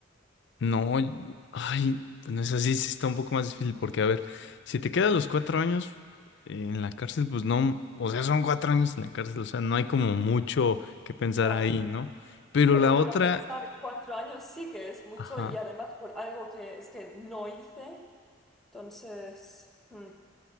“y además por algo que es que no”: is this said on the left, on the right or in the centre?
Centre